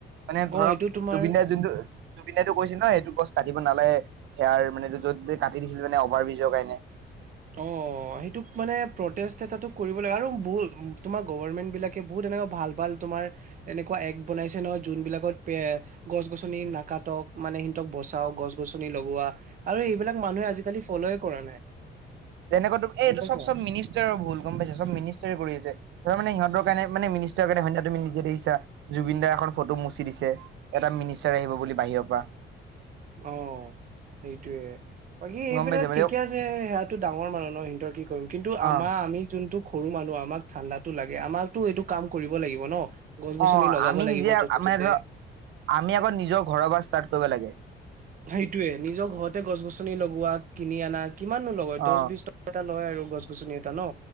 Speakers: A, on the right; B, on the right.
A: মানে
B: অ
A: ধৰক
B: এইটো তোমাৰ
A: জুবিন দাৰ যোনটো জুবিন দাই কৈছিল ন সেইটো গছ কাটিব নালাগে হেয়াৰ মানে য'ত কাটি দিছিল মানে অভাৰ বিজ। যগাইনে
B: অ সেইটোক মানে প্ৰটেষ্ট এটাতো কৰিব লাগে আৰু বহুত তোমাৰ গভাৰমেন্ট বিলাকে বহুত এনেকুৱা ভাল ভাল তোমাৰ এক বনাইছে নহয় যোনবিলাকত তোমাৰ গছ গছনি গনি নাকাটক মানে সিহতক বচাও গছ গছনি লগোৱা আৰু এইবিলাক মানুহে আজিকালি ফলই কৰা নাই।
A: তেনেকুৱা এইটো
B: গম পাইছা
A: চব চব মিনিষ্টাৰৰ ভুল গম পাইছে চব মিনিষ্টাৰে কৰি আছে। তাৰ মানে সিহঁতৰ কাৰণে মিনিষ্টাৰ কাৰণে স তুমি নিজে দেখছা জুবিনদাৰ এখন ফটো মুচি দিছে এটা মিনিষ্টাৰ আহিব বুলি বাহিৰৰ পৰা।
B: অ সেইটোয়ে বাকী এইবিলাক
A: গম পাইছা মানে
B: ঠিকে আছে সেয়াটো ডাঙৰ মানুহ ন সিহঁত কি কৰিম কিন্তু
A: অ
B: আমাৰ আমি যোনটো সৰু মানুহ আমাক ঠাণ্ডাতো লাগে আমাকটো এইটো কাম কৰিব লাগিব ন। গছ গছনি
A: অহ
B: লগাব
A: আমি
B: লাগিব
A: নিজে
B: য'তে
A: মানে
B: ত'তে
A: ধৰা আমি আকৌ নিজৰ ঘৰৰ পৰা ষ্টাৰ্ট কৰিব লাগে।
B: সেইটোয়ে নিজৰ ঘৰতে গছ গছনি লগোৱা কিনি আনা কিমাননো লগয়
A: অ
B: দহ বিশ টকা এটা লয় আৰু। গছ গছনি এটা ন।